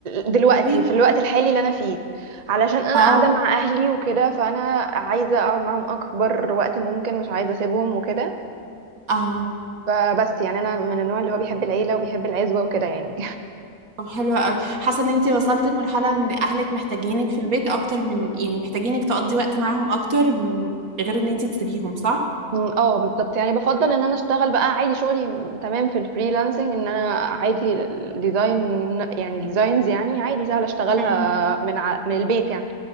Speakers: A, on the right; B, on the right.
A: دلوقتي
B: ليه؟
A: في الوقت الحالي اللي انا فيه علشان انا
B: اه
A: قاعدة مع اهلي وكده فانا عايزة اقعد معاهم اكبر وقت ممكن مش عايزة اسيبهم وكده
B: اه
A: فبس يعني انا من النوع اللي هو بيحب العيلة وبيحب العزوة وكده يعني
B: طب حلوة قوي حاسة ان انتي وصلتي لمرحلة ان اهلك محتاجينك في البيت اكتر من يعني محتاجينك تقضي وقت معاهم اكتر من غير ان انتي تسيبيهم صح؟
A: مم، اه بالظبط يعني بفضل ان انا اشتغل بقى عادي شغلي م- تمام في الفريلانسنج ان انا عادي الديزاين يعني الديزاينز يعني عادي سهل اشتغلها
B: مم.
A: من ع... من البيت يعني